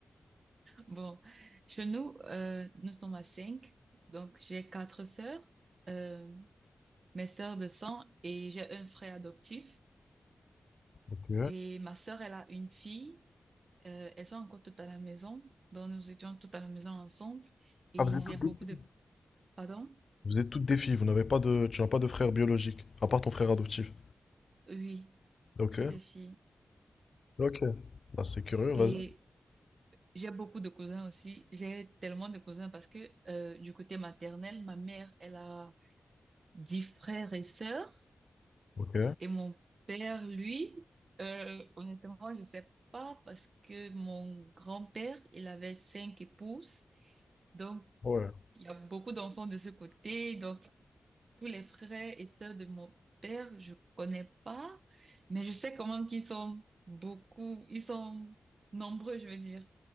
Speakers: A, on the right (about 65°); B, on the left (about 70°).
A: Bon, chez nous, euh, nous sommes à cinq. Donc j'ai quatre sœurs, euh, mes sœurs de sang et j'ai un frère adoptif.
B: Ok.
A: Et ma sœur, elle a une fille. Euh, elles sont encore toutes à la maison. Donc nous étions toutes à la maison ensemble. Et
B: Ah, vous êtes
A: j'ai
B: toutes
A: beaucoup
B: des filles.
A: de... Pardon?
B: Vous êtes toutes des filles. Vous n'avez pas de, tu n'as pas de frère biologique, à part ton frère adoptif.
A: Oui,
B: Ok.
A: que des filles.
B: Ok. Bah, c'est curieux, vas-y.
A: Et J'ai beaucoup de cousins aussi. J'ai tellement de cousins parce que euh, du côté maternel, ma mère, elle a dix frères et sœurs.
B: Ok.
A: Et mon père, lui, euh, honnêtement, je sais pas parce que mon grand-père, il avait cinq épouses. Donc,
B: Ouais.
A: il y a beaucoup d'enfants de ce côté. Donc, tous les frères et sœurs de mon père, je connais pas. Mais je sais quand même qu'ils sont beaucoup, ils sont nombreux, je veux dire.